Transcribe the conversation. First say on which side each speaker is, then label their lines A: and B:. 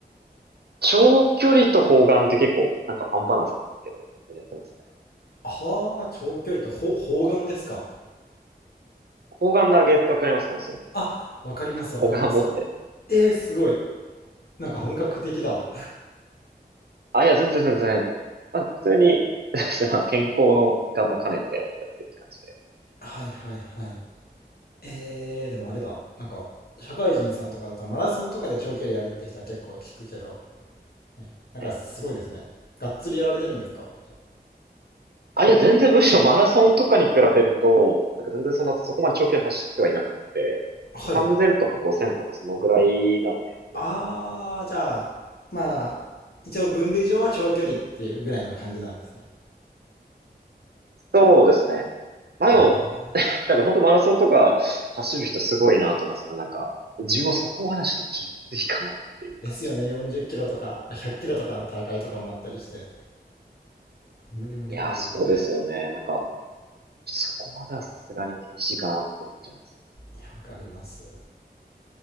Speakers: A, on the right; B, on the left.
A: 長距離と砲丸って結構なんかアンバランスなんですけど、やってますね。
B: ああ、長距離とほ砲丸ですか。
A: 砲丸投げってわかりますかねその、
B: あ、わかりますわかります。
A: 砲丸持って
B: えー、
A: 投げる。
B: すごい。なんか本格的だ。
A: あ、いや、全然全然。あ、普通に、<laughs> まあ、健康の一環も兼ねてやってるって感じで。
B: はいはいはい。えー、でもあれだ。なんか、社会人さんとかだとマラソンとかで長距離やるって人は結構聞くけど、ね、なんかすごいですね。
A: ええ
B: がっつりやられてるんですかじゃ
A: あ、いや、全然むしろマラソンとかに比べると、なんか全然そんな、そこまで長距離走ってはいなくて、
B: あ。
A: 3000とか5000とかそのぐらいなのでやってる。
B: はい。ああ、じゃあ、まあ、一応分類上は長距離っていうぐらいの感じなんですね。
A: そうですね。まあでも、
B: はい。
A: なんか本当マラソンとか走る人すごいなと思いますね。なんか、自分もそこまでちょっと厳しいかなっていう感じで。
B: ですよね、40キロとか100キロとかの大会とかもあったりして。無理無理無理できない。
A: いやー、そうですよね。なんか、そこまではさすがに厳しいかなって思っちゃいます。
B: いや、わかります。